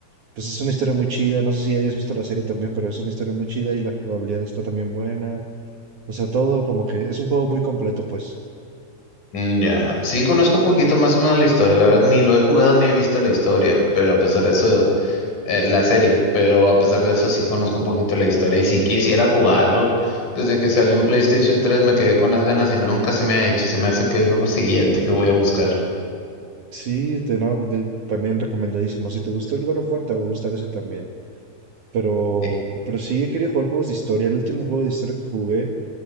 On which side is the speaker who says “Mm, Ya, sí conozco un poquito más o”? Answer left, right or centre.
Left